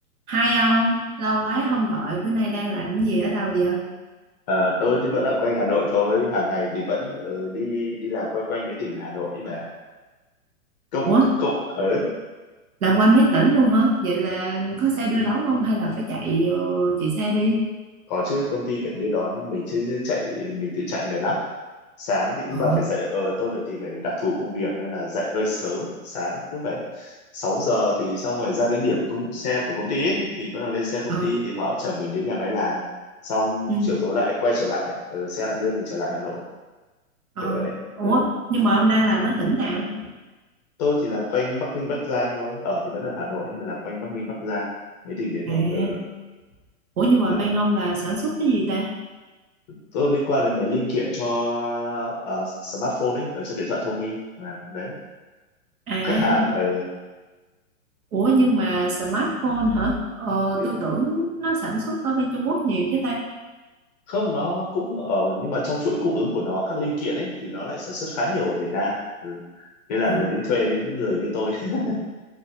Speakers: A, on the right; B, on the left.
A: Hai ông, lâu quá không gọi, bữa nay đang làm cái gì ở đâu vậy?
B: À, tôi thì vẫn ở quanh Hà Nội thôi, hàng ngày thì vẫn ờ, đi đi làm quanh quanh mấy tỉnh ở Hà Nội mà. Công
A: Ủa,
B: công ở
A: làm quanh mấy tỉnh luôn hả? Vậy là có xe đưa đón không hay là phải chạy ờ, chạy xe đi?
B: có chứ công ty phải đưa đón mình chứ, chứ chạy mình tự chạy mệt lắm. Sáng thì
A: Ờ,
B: nhưng mà phải dậy ờ tôi phải thì phải đặc thù công việc nên là dậy hơi sớm, sáng cứ phải 6 giờ thì xong rồi ra đến điểm công xe của công ty ấy, thì bắt đầu lên xe công
A: ờ,
B: ty thì họ chở mình đến nhà máy làm. Xong
A: ừ,
B: chiều tối lại quay trở lại, ờ, xe lại đưa mình trở lại Hà Nội
A: ờ.
B: kiểu vậy.
A: Ủa,
B: Ờ.
A: nhưng mà ông đang làm ở tỉnh nào?
B: tôi thì làm quanh Bắc Ninh Bắc Giang thôi ở thì vẫn ở Hà Nội nhưng mà làm quanh Bắc Ninh Bắc Giang mấy tỉnh đấy
A: À,
B: thôi ừ, nó-
A: ủa nhưng mà
B: ờ,
A: bên ông là sản xuất cái gì ta?
B: tôi liên quan đến mấy linh kiện cho ờ, smartphone ấy ở cho điện thoại thông minh làm cái đấy
A: À,
B: khách hàng ờ,
A: ủa nhưng mà smartphone hả? Ờ,
B: ừ.
A: tôi tưởng nó sản xuất ở bên Trung Quốc nhiều chứ ta.
B: không nó cũng ở nhưng mà trong chuỗi cung ứng của nó các linh kiện ấy thì nó lại sản xuất khá nhiều ở Việt Nam ừ. nên là
A: Ừ.
B: nó những thuê những người như tôi <laughs>